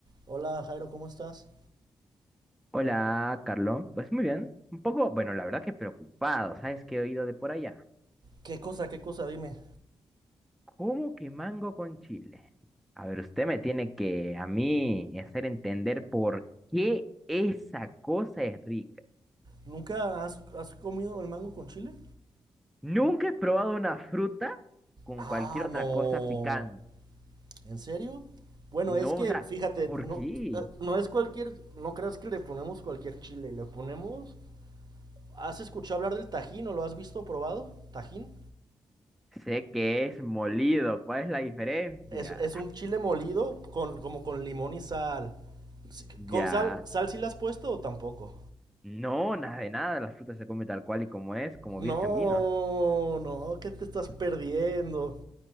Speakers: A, on the right; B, in the centre.
A: Hola Jairo, ¿cómo estás?
B: Hola, Carlos. Pues muy bien. Un poco, bueno, la verdad que preocupado. ¿Sabes qué he oído de por allá?
A: ¿Qué cosa, qué cosa? Dime.
B: ¿Cómo que mango con chile? A ver, usted me tiene que a mí hacer entender por qué esa cosa es rica.
A: ¿Nunca has, has comido el mango con chile?
B: Nunca he probado una fruta con
A: Ah,
B: cualquier otra
A: no.
B: cosa picante.
A: ¿En serio? Bueno,
B: No,
A: es que,
B: o sea,
A: fíjate,
B: ¿por
A: no,
B: qué?
A: eh, no es cualquier, no creas que le ponemos cualquier chile, le ponemos... ¿Has escuchado hablar del tajín o lo has visto o probado? ¿Tajín?
B: Sé que es molido. ¿Cuál es la diferencia?
A: Es, es un chile molido con, como con limón y sal. Sí,
B: Ya.
A: ¿Con sal, sal sí le has puesto o tampoco?
B: No, nada de nada. La fruta se come tal cual y como es, como
A: No,
B: virgen vino.
A: no, ¿qué te estás perdiendo?